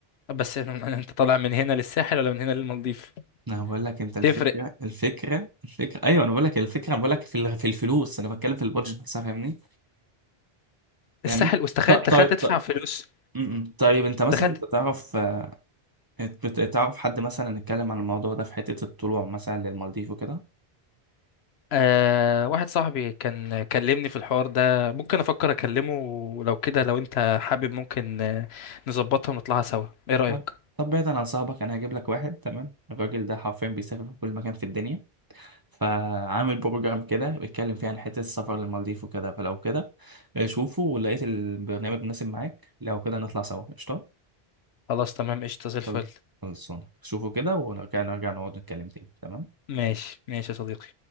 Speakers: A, on the left (about 75°); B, on the right (about 20°).
A: بس إن- انت طالع من هنا للساحل ولا من هنا للمالديف
B: انا بقول لك انت الفكره
A: تفرق
B: الفكره الفكره ايوه انا بقول لك الفكره انا بقول لك في ال- في الفلوس انا بتكلم في البادجت نفسها فاهمني فاهمني
A: الساحل واستخيل
B: طيب
A: تخيل
B: طيب
A: تدفع
B: طيب
A: فلوس
B: م-م. طيب انت مثلا
A: تخيل
B: انت تعرف آه، بت- تعرف حد مثلا اتكلم عن الموضوع ده في حته الطلوع مثلا للمالديف وكده
A: أه واحد صاحبي كان كلمني في الحوار ده ممكن افكر اكلمه ولو كده لو انت حابب ممكن آه، نظبطها ونطلعها سوا ايه رأيك
B: طب طب بعيدا عن صاحبك انا هجيب لك واحد تمام الراجل ده حرفيا بيسافر في كل مكان في الدنيا فعامل بروجرام كده بيتكلم فيه عن حته السفر للمالديف وكده فلو كده آه، شوفه ولقيت البرنامج مناسب معاك لو كده نطلع سوا قشطه
A: خلاص تمام قشطة زي الفل
B: خل- خلصونا شوفوا كده ولو كان نرجع نقعد نتكلم تاني تمام
A: ماشي ماشي يا صديقي